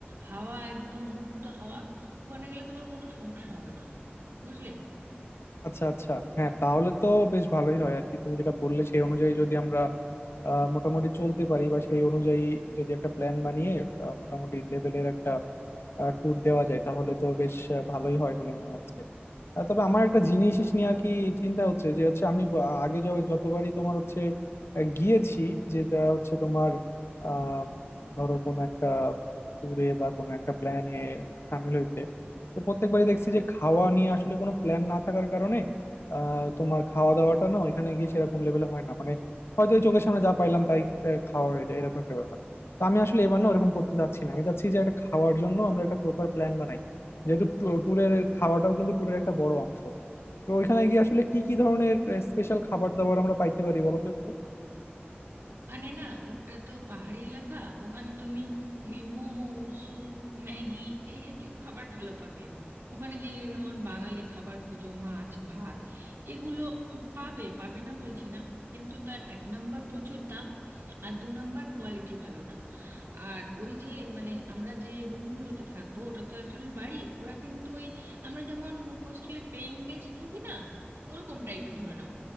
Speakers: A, on the right (about 75°); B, on the left (about 80°).
A: হাওয়া একদম মুক্ত হাওয়া ওখানে গেলে তোমার কোনো সমস্যা হবে না বুঝলে
B: আচ্ছা আচ্ছা হ্যাঁ তাহলে তো বেশ ভালোই হয় আর কি তুমি যেটা বললে সেই অনুযায়ী যদি আমরা আহ, মোটামুটি চলতে পারি বা সেই অনুযায়ী যদি একটা প্ল্যান বানিয়ে আহ, মোটামুটি লেভেলের একটা ট্যুর দেওয়া যায় তাহলে তো বেশ আহ, ভালোই হয় বলে মনে হচ্ছে আহ, তবে আমার একটা জিনিস নিয়ে আর কি চিন্তা হচ্ছে যে হচ্ছে আমি ব- আগে য- যতবারই তোমার হচ্ছে আহ, গিয়েছি যেটা হচ্ছে তোমার আম, ধরো কোনো একটা ট্যুরে বা কোনো একটা প্ল্যানে সামিল হইতে তো প্রত্যেকবারই দেখছি যে খাওয়া নিয়ে আসলে কোনো প্ল্যান না থাকার কারণে আহ, তোমার খাওয়া দাওয়াটা না ওইখানে গিয়ে সেরকম লেভেলে হয় না মানে হয়তো ওই চোখের সামনে যা পাইলাম তাই আহ, খাওয়া হয়ে যায় এরকম একটা ব্যাপার তো আমি আসলে এবার না ওরকম করতে চাচ্ছি না আমি চাচ্ছি যে একটা খাওয়ার জন্য আমরা একটা প্রপার প্ল্যান বানাই যেহেতু ট্যুরের খাওয়াটাও কিন্তু ট্যুরের একটা বড় অংশ তো ওইখানে গিয়ে আসলে কি কি ধরনের স্পেশাল খাবার দাবার আমরা পাইতে পারি বলো তো একটু
A: ওখানে না ওটা তো পাহাড়ি এলাকা ওখানে তুমি উম, মোমো স্যুপ ম্যাগি এই জাতীয় খাবার ভালো পাবে ওখানে গিয়ে যদি যেমন বাঙালি খাবার খোঁজো মাছ ভাত এগুলো উম, পাবে পাবে না বলছি না কিন্তু তার এক নাম্বার প্রচুর দাম আর দু নাম্বার কোয়ালিটি ভালো না আর ওই যে মানে আমরা যে রুমগুলোতে থাকবো ওটা তো একজনের বাড়ি ওরা কিন্তু ওই আমরা যেমন হোস্টেলে পেইং গেস্ট থাকি না ওরকম টাইপের ধরে নাও